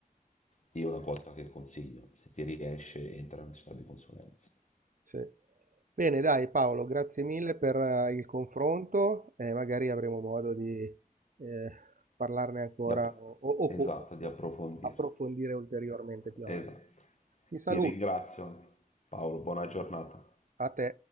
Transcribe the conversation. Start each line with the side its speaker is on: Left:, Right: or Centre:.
Left: io una cosa che consiglio, se ti riesce, entra in città di consulenza.
Right: Sì. Bene, dai Paolo, grazie mille per eh, il confronto e magari avremo modo di eh, parlarne ancora
Left: Di app-
Right: o o-
Left: esatto,
Right: o- o-
Left: di
Right: o
Left: approfondire.
Right: approfondire ulteriormente più
Left: Esatto.
Right: avanti. Ti saluto,
Left: Ti ringrazio Paolo, buona giornata.
Right: a te.